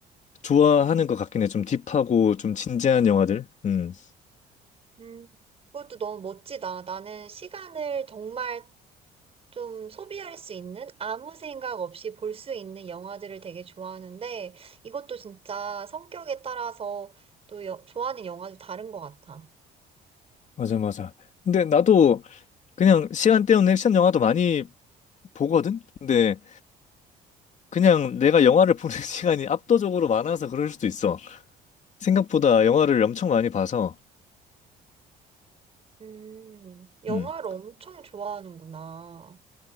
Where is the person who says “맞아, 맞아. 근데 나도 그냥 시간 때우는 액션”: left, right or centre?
Left